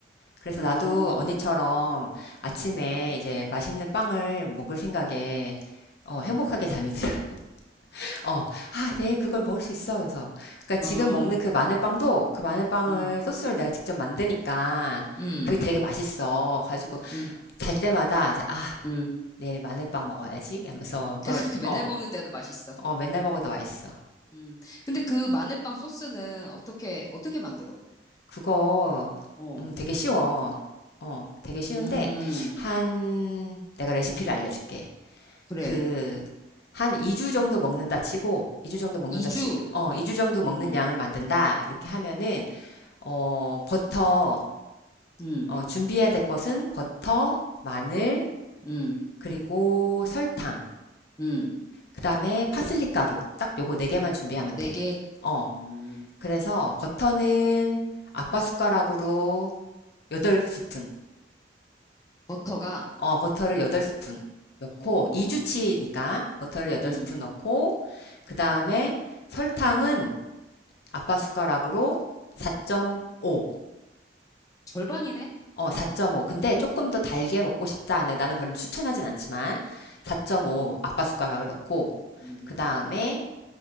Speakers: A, on the left; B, on the left.
A: 그래서
B: 오,
A: 나도 언니처럼 아침에 이제 맛있는 빵을 먹을 생각에 어, 행복하게 잠이 들어. <laughs> 어, 아, 내일 그걸 먹을 수 있어. 그래서. 그러니까 지금
B: 어, 아.
A: 먹는 그 마늘빵도 그 마늘빵을
B: 음,
A: 소스를 내가 직접 만드니까
B: 음,
A: 그게 되게 맛있어. 가지고
B: 음,
A: 잘 때마다 이제 아,
B: 음.
A: 내일 마늘빵 먹어야지 하면서
B: <laughs>
A: 그,
B: 맨날
A: 어,
B: 먹는데도 맛있어.
A: 어, 맨날 먹어도 맛있어.
B: 음. 근데 그 마늘빵 소스는 어떻게, 어떻게 만들어?
A: 그거
B: 어,
A: 음, 되게 쉬워. 어, 되게 쉬운데
B: 음,
A: 한 내가 레시피를 알려줄게.
B: 그래.
A: 그 한 2주 정도 먹는다 치고 2주 정도 먹는다
B: 이주
A: 치 어, 2주 정도 먹는
B: 음,
A: 양을 만든다. 이렇게 하면은 어, 버터,
B: 음,
A: 어, 준비해야 될 것은 버터, 마늘,
B: 음,
A: 그리고 설탕,
B: 음.
A: 그 다음에 파슬리 가루. 딱 요거 네 개만 준비하면
B: 네
A: 돼.
B: 개.
A: 어,
B: 음.
A: 그래서 버터는 아빠 숟가락으로 8스푼,
B: 버터가,
A: 어, 버터를 8스푼 넣고,
B: 어,
A: 2주치니까 버터를 8스푼
B: 음,
A: 넣고, 그 다음에 설탕은 아빠 숟가락으로 4.5,
B: 절반이네?
A: 어, 사점오 근데 조금 더 달게 먹고 싶다. 네, 나는 별로 추천하진 않지만, 4.5
B: 음,
A: 아빠 숟가락을 넣고,
B: 음.
A: 그 다음에